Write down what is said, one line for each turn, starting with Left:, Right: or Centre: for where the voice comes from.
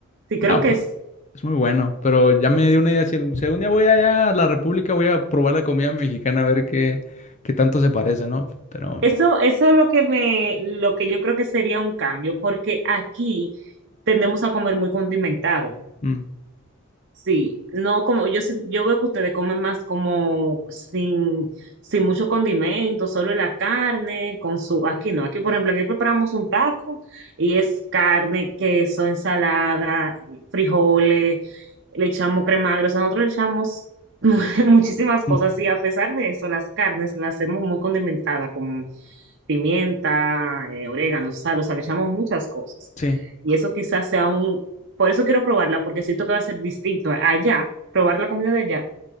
Right: Sí, creo
Left: No,
Right: que
Left: pues
Right: sí.
Left: es muy bueno, pero ya me dio una idea. Si, al- si algún día voy allá a la República, voy a probar la comida mexicana a ver qué, qué tanto se parece, ¿no? Pero
Right: Eso, eso es lo que me, lo que yo creo que sería un cambio, porque aquí tendemos a comer muy condimentado.
Left: mm,
Right: Sí, no como yo si- yo veo que ustedes comen más como sin sin mucho condimento, solo la carne con su aquí no, aquí por ejemplo, aquí preparamos un taco y es carne, queso, ensalada, frijoles, le echamos crema agria, o sea, nosotros le echamos <laughs> muchísimas cosas
Left: mm,
Right: y a pesar de eso las carnes las hacemos muy condimentadas con pimienta, eh, orégano, sal, o sea, le echamos muchas cosas.
Left: sí,
Right: Y eso quizás sea un por eso quiero probarla, porque siento que va a ser distinto allá, probar la comida de allá,